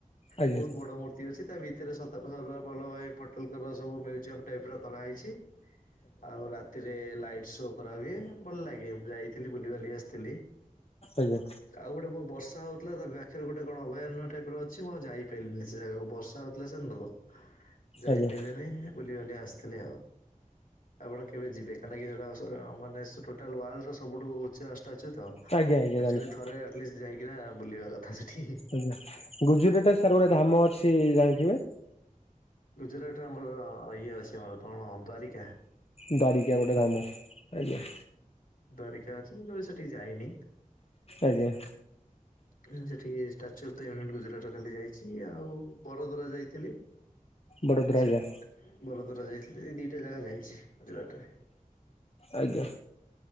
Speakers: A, on the left (about 45°); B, on the left (about 80°).
A: ଆଜ୍ଞା
B: ବହୁତ ବଡ଼ ମୂ ମୂର୍ତ୍ତି ଅଛି ତା ଭିତରେ ସଦାର ବଲ୍ଲଭ ଭାଇ ଫଟେଲଙ୍କର ସବୁ ମ୍ୟୁଜିୟମ ଟାଇପର କରା ହେଇଛି। ଆଉ ରା ରାତିରେ ଲାଇଟ ଶୋ କରା ହୁଏ ଭଲ ଲାଗେ ମୁଁ ଯାଇଥିଲି ବୁଲିିବାଲି ଆସିଥିଲି।
A: ଆଜ୍ଞା
B: ଆଉ ଗୋଟେ କଣ ବର୍ଷା ହଉଥିଲା। ତା ପାଖରେ ଗୋଟେ କଣ ଅଭୟାରଣ୍ୟ ଟାଇପିର ଅଛି। ମୁଁ ଆଉ ଯାଇପାରିଲିନି। ସେ ଜାଗକୁ ବଷ୍ ବର୍ଷା ହୋଉଥିଲା ସେ ଦିନଠୁ ଯାଇପାରିଲିନି
A: ଆଜ୍ଞା ଆଜ୍ଞା
B: ବୁଲିବାଲି ଆସିଥିଲି ଆଉ। ଆପଣ କେବେ ଯିବେ କାହିଁକି ନା ସେଟା ସ ମାନେ ସେ ଟୋଟାଲ ୱାଲଡର ସବୁଠୁ ଉଚ୍ଚା ଚାଲିଚି ତ
A: ଆଜ୍ଞା
B: ଆକ୍ଚୁଆଲି
A: ଜାଣିଛି
B: ଥରେ ଆଟଲିଷ୍ଟ ଯାଇକିନା ବୁଲିବା କଥା ସେଠି।
A: ଆଜ୍ଞା ଗୁଜୁରାଟା ସାର୍ ଗୋଟେ ଧାମ ଅଛି ଜାଣିଥିବେ।
B: ଗୁଜୁରାଟରେ ଆମର ଇଏ ଅଛି ଆମର କଣ ଦ୍ୱାରିକା।
A: ଦ୍ବାରିକା ଗୋଟେ ଧାମ ଆଜ୍ଞା।
B: ଦ୍ବାରିକା ଅଛି ମୁଁ କେବେ ସେଠିକି ଯାଇନି?
A: ଆଜ୍ଞା
B: ଏଁ ସେଠି ଷ୍ଟାଚ୍ୟୁ ଫେମ୍ ଗୁଜୁରାଟ ଖାଲି ଯାଇଛି। ଆଉ ବରୋଦରା ଯାଇଥିଲି।
A: ବଡ଼ ଦ୍ବାରିକା।
B: ସେ ବରୋଦରା ଯାଇଥିଲି। ଏଇ ଦିଟା ଜାଗା ଯାଇଛି ଗୁଜୁରାଟରେ।
A: ଆଜ୍ଞା